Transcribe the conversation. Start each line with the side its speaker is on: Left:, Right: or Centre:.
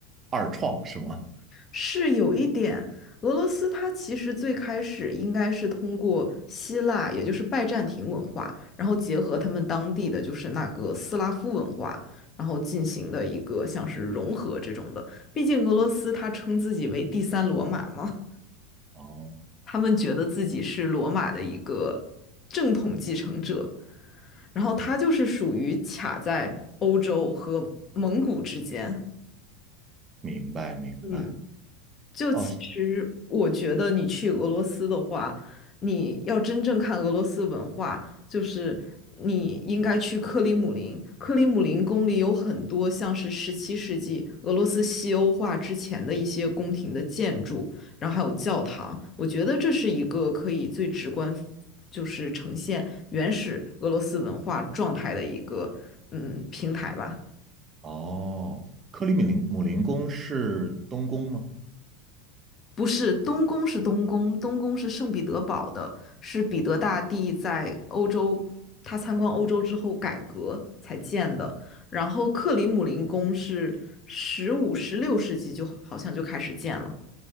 Right: 二创，是吗？
Left: 是有一点，俄罗斯它其实最开始应该是通过希腊，也就是拜占庭文化，然后结合他们当地的就是那个斯拉夫文化，然后进行的一个像是融合这种的。毕竟俄罗斯它称自己为第三罗马嘛。
Right: 哦，
Left: 他们觉得自己是罗马的一个正统继承者，然后他就是属于卡在欧洲和蒙古之间，
Right: 明白明白。
Left: 嗯。就其实我觉得你去俄罗斯的话，
Right: 哦这
Left: 你要真正看俄罗斯文化，就是你应该去克里姆林。克里姆林宫里有很多像是十七世纪俄罗斯西欧化之前的一些宫廷的建筑，然后还有教堂。我觉得这是一个可以最直观，就是呈现原始俄罗斯文化状态的一个嗯平台吧。
Right: 哦，克里米林姆林宫是东宫吗？
Left: 不是，东宫是东宫，东宫是圣彼得堡的，是彼得大帝在欧洲，他参观欧洲之后改革才建的。然后克里姆林宫是十五、十六世纪就好像就开始建了。